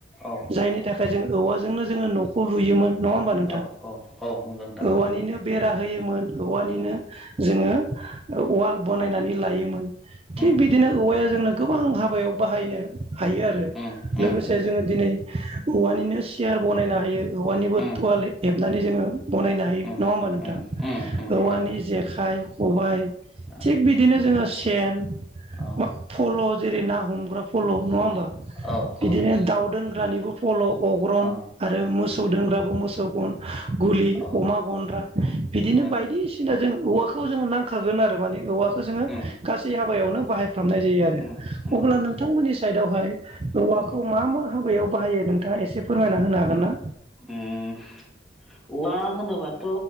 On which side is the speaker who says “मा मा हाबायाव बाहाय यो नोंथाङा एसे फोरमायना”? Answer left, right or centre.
Right